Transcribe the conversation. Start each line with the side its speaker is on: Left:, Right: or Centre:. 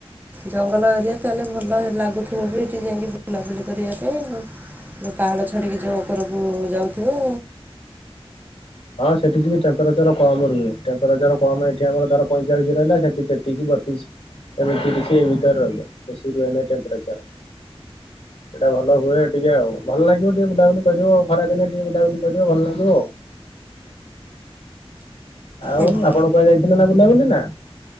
Right: ଜଙ୍ଗଲ ଏରିଆ ତମେ ଭଲ ଲାଗୁଥିବ ବି ଏଠି ଯାଇକି ବୁଲାବୁଲି କରିବା ପାଇଁ ଆଉ। ଯେଉଁ ପାହାଡ଼ ଛାଡ଼ିକି ଯେଉଁ ଉପରକୁ ଯାଉଥିବ
Left: ହଁ ସେଠି ଟିକେ ଟେମ୍ପରେଚର କମ୍ ରୁହେ ଟେମ୍ପରେଚର କମ୍ ଏଠି ଆମର ଧର ପଇଁଚାଳିଶ ରହିଲା ସେଠି ତେତିଶ ବତିଶ୍। ଏମତିରିଶ୍ ଏ ଭିତରେ ରହିବ ବେଶୀ ରୁହେନେହି ଟେମ୍ପରେଚର୍। ସେଇଟା ଭଲ ହୁଏ ଟିକେ ଆଉ ଭଲ ଲାଗିବ ଟିକେ ବୁଲାବୁଲି କରିବ ଖରାଦିନେ ଟିକେ ବୁଲାବୁଲି କରିବ ଭଲ ଲାଗିବ ଆଉ। ଆଉ
Right: ଏ-
Left: ଆପଣ କୁହାଯାଇଥିଲେ ନାଁ ବୁଲା ବୁଲି ନାଁ?